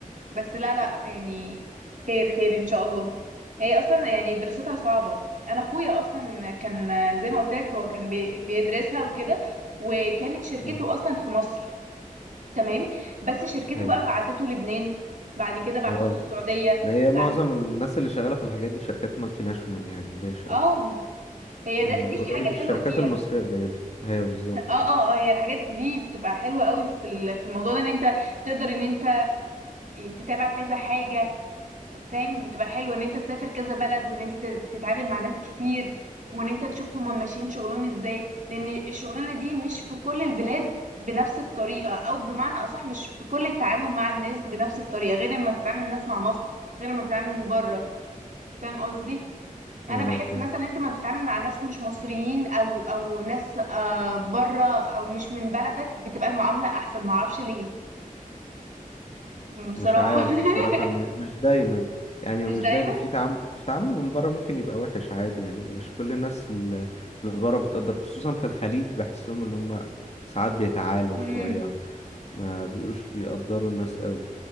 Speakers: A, on the right; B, on the left.
A: بس لا لا يعني خير خير ان شاء الله هي اصلا يعني دراستها صعبة انا اخويا اصلا كان زي ما قلت لك هو كان بي- بيدرسها وكده وكانت شركته
B: مم.
A: اصلا في مصر تمام بس شركته
B: ايوه
A: بقى بعتته لبنان بعد كده بعتته
B: اه
A: السعودية
B: ما هي معظم
A: بعد
B: الناس اللي شغالة في الحاجات دي شركات مالتي ناشونال يعني ليه ش...
A: اه هي
B: ما-
A: ده دي
B: قليل
A: الحاجة الحلوة
B: الشركات
A: فيها
B: المصرية قليلة ايوه بالظبط
A: <laughs> اه اه هي الحاجات دي بتبقى حلوة قوي في ال- في الموضوع ده ان انت تقدر ان انت تتابع كذا حاجة فاهم بتبقى حلوة ان انت تسافر كذا بلد وان انت تت- تتعامل مع ناس كتير وان انت تشوف هما ماشيين شغلهم ازاي لان الشغلانة دي مش في كل البلاد بنفس الطريقة او بمعنى اصح مش في كل التعامل مع الناس بنفس الطريقة غير لما تتعامل الناس مع مصر غير لما تتعامل بره فاهم قصدي انا
B: ايوه
A: بحس
B: فاهم
A: مثلا انت ما بتتعامل مع ناس مش مصريين او او ناس آه بره او مش من بلدك بتبقى المعامله احسن ما اعرفش ليه م، بصراحه
B: مش عارف
A: <laughs>
B: بصراحة م- مش دايما يعني
A: مش
B: ومش
A: دايما
B: دايما في تعامل في تعامل من بره ممكن يبقى وحش عادي يعني مش كل الناس اللي اللي بره بتقدر خصوصا في الخليج بحسهم ان هم ساعات بيتعالوا
A: امم
B: شوية ما بيقوش بيقدروا الناس قوي